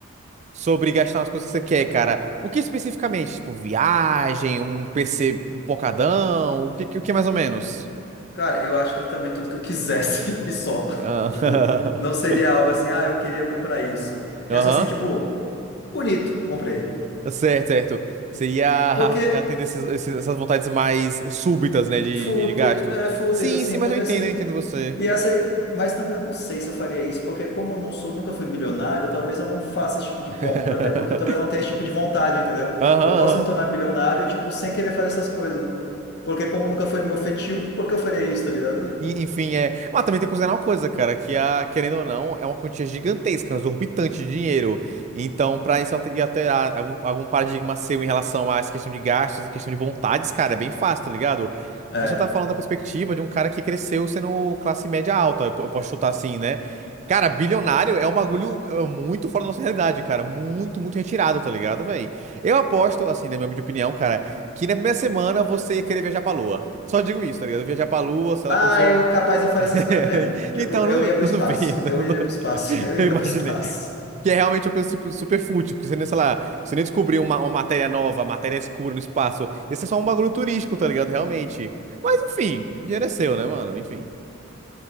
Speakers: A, on the right; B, on the left.
A: Sobre gastar nas coisas que você quer, cara. O que especificamente? Tipo, viagem, um PC pocadão? O que, que- o que mais ou menos?
B: Cara, eu acho que ele também tudo que eu quisesse <laughs> e só.
A: Ah,
B: Tipo, não seria
A: <laughs>
B: algo assim, ah, eu queria comprar isso.
A: Aham.
B: É só assim, tipo, bonito, comprei.
A: Certo, certo. Você ia at-
B: Porque
A: atender esses- esses- essas vontades mais súbitas, né, de,
B: Fúteis,
A: de de gasto.
B: é, fúteis,
A: Sim,
B: assim,
A: sim, mas
B: porque
A: eu entendo,
B: assim,
A: eu entendo você.
B: e essa, mas também eu não sei se eu faria isso, porque como eu não sou, nunca fui bilionário, talvez eu não faça esse tipo de
A: <laughs>
B: compra, até porque eu talvez não tenha esse tipo de vontade, entendeu?
A: Aham,
B: Eu posso
A: aham.
B: me tornar bilionário, tipo, sem querer fazer essas coisas, porque como nunca foi meu feitio, por que eu faria isso, tá ligado?
A: E- Enfim, é. Mas também tem que considerar uma coisa, cara, que a, querendo ou não, é uma quantia gigantesca, um exorbitante de dinheiro. Então, pra isso alter- e alterar algum, algum paradigma seu em relação a essa questão de gastos, essa questão de vontades, cara, é bem fácil, tá ligado?
B: É.
A: Você tá falando da perspectiva de um cara que cresceu sendo classe média alta, eu, po- eu posso chutar assim, né? Cara, bilionário é um bagulho é, muito fora da nossa realidade, cara. Muito, muito retirado, tá ligado, velho? Eu aposto, assim, na minha humilde opinião, cara que na primeira semana você ia querer viajar pra Lua. Só digo isso, tá ligado? Viajar pra Lua, sei
B: Ah,
A: lá, conhecer o...
B: eu capaz de fazer
A: <laughs>
B: essas coisas mesmo. Tipo,
A: Então,
B: eu
A: eu não,
B: ia pro
A: não
B: espaço,
A: duvido,
B: eu
A: eu não
B: iria
A: du-
B: pro espaço,
A: <laughs>
B: <laughs> eu
A: eu
B: iria
A: imaginei.
B: pro espaço.
A: Que é realmente uma coisa tipo, super fútil, porque você nem, sei lá, você nem descobriu uma, uma matéria nova, matéria escura no espaço. Esse é só um bagulho turístico, tá ligado? Realmente. Mas, enfim, dinheiro é seu, né, mano? Enfim.